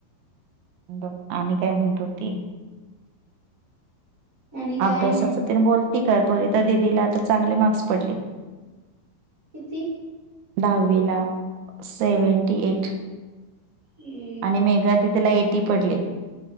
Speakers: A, on the right; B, on the right.
A: <unintelligible> आणि काय म्हणत हुती?
B: आणि काय
A: अभ्यासाच
B: नाही
A: तेन बोलती का, त्वरिता दिदीला आता चांगले मार्क्स पडलेत.
B: किती?
A: दहावीला, सेवंटी एट.
B: हम्म, <unintelligible>
A: आणि मेगा दिदिला तिला एटी पडले.